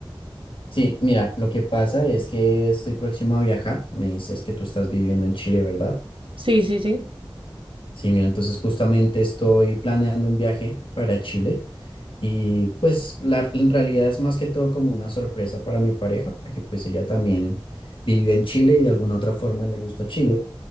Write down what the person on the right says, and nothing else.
Sí, sí, sí.